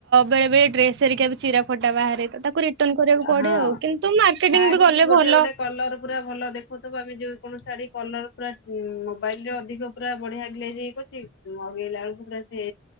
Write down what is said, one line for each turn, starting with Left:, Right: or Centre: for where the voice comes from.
Right: ବେଳେ ବେଳେ ଡ୍ରେସ୍ ହେରିକା ବି ଚିରା ଫଟା ବାହାରେ, ତ ତାକୁ ରିଟର୍ଣ୍ଣ କରିବାକୁ ପଡେ
Left: ହଁ।
Right: ଆଉ କିନ୍ତୁ ମାର୍କେଟିଂ
Left: ଶାଢୀ
Right: ବି ଗଲେ
Left: ଗୋଟେ
Right: ଭଲ।
Left: ଗୋଟେ କଲର ପୁରା ଭଲ ଦେଖୁଥିବା ବି ଆମେ ଯଉ କୌଣ ଶାଢୀ କଲର୍ ପୁରା ମୋବାଇଲ୍ ରେ ଅଧିକ ପୁରା ବଢିଆ ଗ୍ଲେଜ୍ ହେଇକି ଅଛି ମଗେଇଲା ବେଳଳୁ ପୁରା ସେ